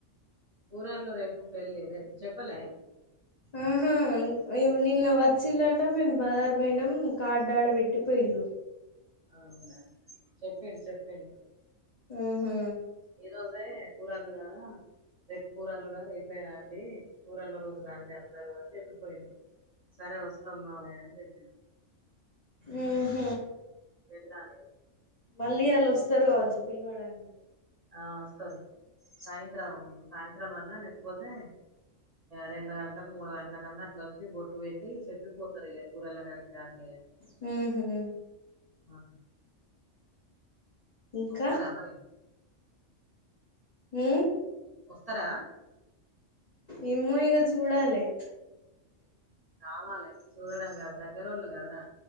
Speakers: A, on the right; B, on the left.
A: కూరాళ్లో రేపు పెళ్ళి దే చెప్పలే
B: ఆహా నిన్న వచ్చిలట మేము బజారు పోయినాం కార్డ్ ఆడ పెట్టి పోయిళ్ళు
A: అవునా చెప్పిండు చెప్పిండు
B: ఆహా
A: ఈ రోజే కూరళ్ళు కదా రేపు కూరళ్లు రా రేపే రండి కూరళ్ళ రోజు రండి అందరు అని చెప్పిపోయింది సరే వస్తామ్ మావయ్య అని చెప్పిన
B: ఆహ
A: వెళ్ళాల
B: మళ్ళీ ఇయ్యాల వస్తారు కావచ్చు పిలవడానికి
A: ఆ వస్తారు సాయంత్రం సాయంత్రం అన్నా లేకపోతే రెండు గంటలకు మూడు గంటల కన్నా అట్లా వచ్చి బొట్టు పెట్టి చెప్పి పోతారు ఇక కూరళ కాడికి రాండి అని
B: హూ హమ్
A: ఆ
B: ఇంకా
A: వత్తర మరి
B: ఉ
A: వస్తారా
B: ఎమో ఇగ చూడాలే
A: రావాలి చూడడం కాదు దగ్గరోళ్ళు కదరా